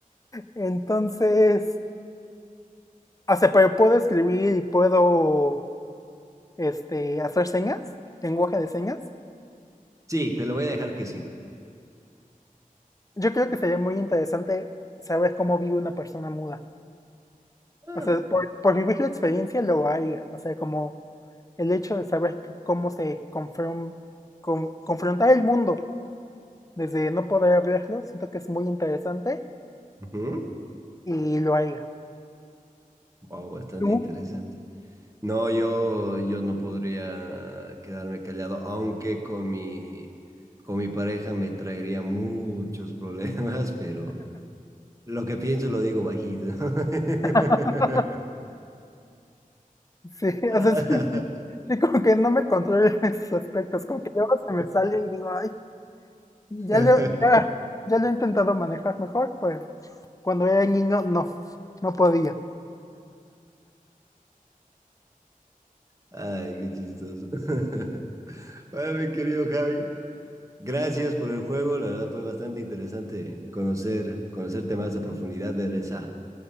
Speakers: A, on the left; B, on the right.
A: Entonces, o sea, pero puedo escribir y puedo, este, hacer señas, lenguaje de señas.
B: Sí, te lo voy a dejar que sí.
A: Yo creo que sería muy interesante saber cómo vive una persona muda.
B: Ah,
A: O sea, por, por vivir la experiencia lo haría. O sea, como el hecho de saber c- cómo se confron- con- confrontar el mundo desde no poder hablarlo, siento que es muy interesante
B: Ujú.
A: y lo haría.
B: Wow, bastante
A: ¿Tú?
B: interesante. No, yo, yo no podría quedarme callado, aunque con mi, con mi pareja me traería muchos problemas, <laughs> pero lo que pienso lo digo bajito.
A: <laughs>
B: <laughs>
A: Sí,
B: Ah.
A: o sea, sí, sí. Sí, como que no me controlo en esos aspectos, como que luego se me sale y digo, ay, ya
B: <laughs>
A: lo, ya, ya lo he intentado manejar mejor, pues cuando era niño no, no podía.
B: Ay, qué chistoso. <laughs> Bueno, mi querido Javi, gracias por el juego. La verdad fue bastante interesante conocer, conocerte más a profundidad, ver esa